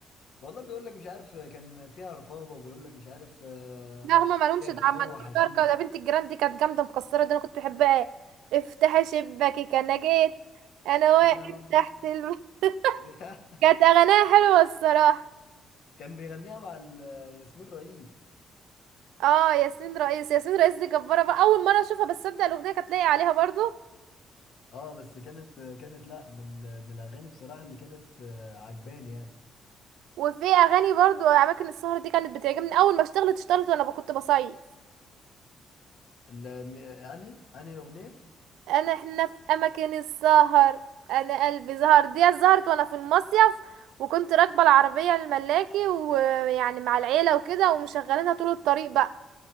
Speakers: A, on the left; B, on the right.
A: والله بيقول لك مش عارف كان فيها رقابه وبيقول لك مش عارف آه،
B: لا هما مالهمش
A: فيها
B: دعم
A: خمور
B: ما نقولش
A: وحشيش
B: بركة ده بنت الجيران دي كانت جامدة مكسرة ده أنا كنت بحبها افتحي شباكك أنا جيت أنا واقف
A: انا
B: تحت الم...
A: <laughs>
B: <laughs> كانت أغانيها حلوة الصراحة
A: كان بيغنيها مع ال- ياسمين رئيس
B: اه ياسمين رئيس ياسمين رئيس دي جبارة بقى أول مرة أشوفها بس أبدأ الأغنية كانت لاقية عليها برضو
A: اه بس كانت كانت لا من ال- من الاغاني بصراحه اللي كانت آه، عجباني يعني
B: وفي أغاني برضو أماكن السهر دي كانت بتعجبني أول ما اشتغلت اشتغلت وأنا ب- كنت بصيف
A: ال- م- يعني يعني الاغنيه
B: انا احنا في اماكن السهر انا قلبي زهر دي زهرت وانا في المصيف وكنت راكبه العربيه الملاكي ويعني مع العيله وكده ومشغلينها طول الطريق بقى